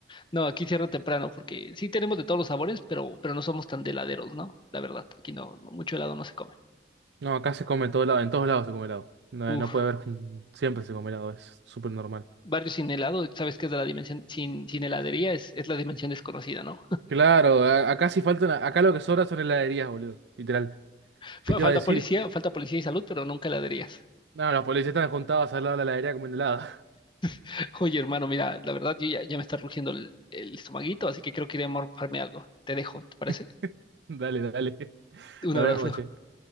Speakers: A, on the left; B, on the right.
A: no, aquí cierra temprano porque sí tenemos de todos los sabores, pero, pero no somos tan de heladeros, ¿no? La verdad, aquí no, no mucho helado no se come.
B: No, acá se come todo lado, en todos lados se come helado. No,
A: Uf,
B: no puede haber, jun- siempre se come helado, es súper normal.
A: barrio sin helado, sabes que es de la dimensión, sin, sin heladería es, es la dimensión desconocida, ¿no?
B: Claro, a- acá sí faltan, acá lo que sobra son heladerías, boludo, literal.
A: <laughs> Fue
B: ¿Qué te
A: Falta
B: iba a decir?
A: policía, falta policía y salud, pero nunca heladerías.
B: No, los policías están juntados al lado de la heladería comiendo helado.
A: <laughs> Oye, hermano, mira, la verdad yo ya, ya me está rugiendo el, el estomaguito, así que creo que iré a morfarme algo. Te dejo, ¿te parece?
B: <laughs> Dale, dale.
A: Un
B: Nos
A: abrazo.
B: vemos, che.